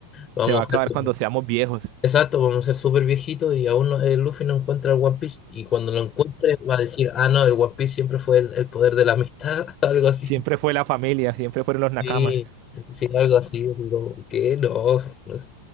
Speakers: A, on the left; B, on the right.
A: Vamos
B: Se va a acabar
A: a ser como.
B: cuando seamos viejos.
A: Exacto, vamos a ser súper viejitos y aún no- el Luffy no encuentra el One Piece. Y cuando lo encuentre, va a decir: Ah, no, el One Piece siempre fue el, el poder de la amistad, <laughs> algo así.
B: Siempre fue la familia, siempre fueron los nakamas.
A: Sí, sí, algo así. Digo, ¿qué? No. no.